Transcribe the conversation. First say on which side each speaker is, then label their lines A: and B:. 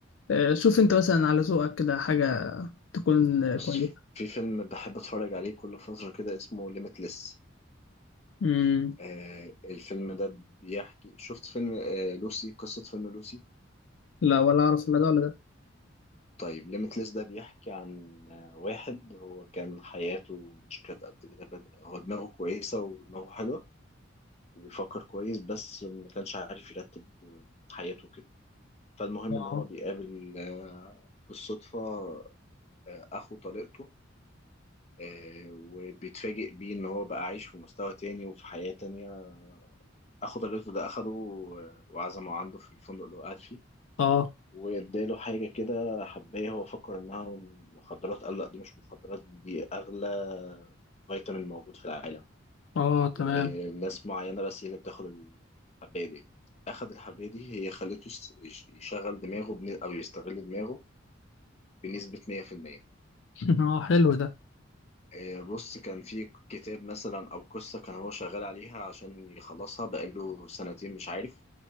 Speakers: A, on the left; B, on the left.
A: آه، شوف انت مثلا على ذوقك كده حاجة تكون آه،
B: بص
A: كويسة
B: في فيلم بحب اتفرج عليه كل فتره كده اسمه ليميتلس
A: مم،
B: آه الفيلم ده بيحكي شفت فيلم آه لوسي قصه فيلم لوسي
A: لا ولا اعرف
B: آه
A: ولا ده ولا ده
B: طيب ليميتلس ده بيحكي عن آه واحد هو كان حياته مش كانت قد كده كانت- هو دماغه كويسه ودماغه حلوه وبيفكر كويس بس ما كانش عارف يرتب حياته كده فالمهم
A: اه
B: ان هو بيقابل آه، بالصدفه آه، اخو طليقته آه، وبيتفاجئ بيه ان هو بقى عايش في مستوى تاني وفي حياه تانيه اخو طليقته ده اخده آه، وعزمه عنده في الفندق اللي هو قاعد فيه
A: اه
B: واداله حاجه كده حبايه هو فكر انها مخدرات قال لا دي مش مخدرات دي اغلى فيتامين موجود في العالم
A: اه
B: وناس
A: تمام
B: معينه بس هي اللي بتاخد الحبايه دي اخد الحبايه دي هي خلته يش- يشغل دماغه بن- او يستغل دماغه بنسبة 100%
A: <laughs> اه حلو ده
B: آه، بص كان في كتاب مثلا او قصه كان هو شغال عليها عشان يخلصها بقاله سنتين مش عارف